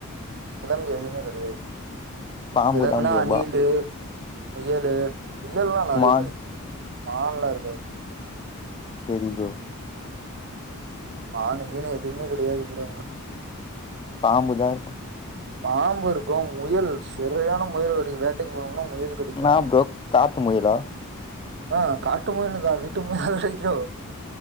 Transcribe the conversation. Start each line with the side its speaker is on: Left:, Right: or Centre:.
Right: விலங்கு எதுமே கடையாது
Left: பாம்பு
Right: விலங்குனா
Left: தான் ப்ரோ
Right: அணிலு
Left: பா
Right: முயலு முயல்லா நறைய
Left: மான்
Right: கடைக் மான்லா இருக்காது
Left: செரி ப்ரோ
Right: ஆனை கீனை எதுமே கிடையாது ப்ரோ அங்க
Left: பாம்புதா இருக்கு
Right: பாம்பு இருக்கு முயல் செறியான முயல் வேட்டைக் வேட்டைக்கு போனோம்னா முயல் கடிக்கு
Left: என்னா ப்ரோ காட்டி முயலா
Right: ஆ காட்டு முயலதா வீட்டு முயலா கடைக்கு